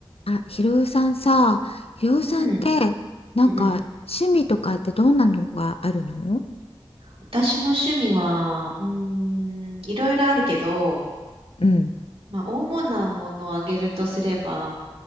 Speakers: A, on the left; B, on the right.
A: あ、ひろゆさんさ、ひろゆさんって、
B: うん、
A: なんか趣味とかってどんなのがあるの
B: うんうん。私の趣味は、うーん、いろいろあるけど、
A: うん、
B: まあ、主なものを挙げるとすれば、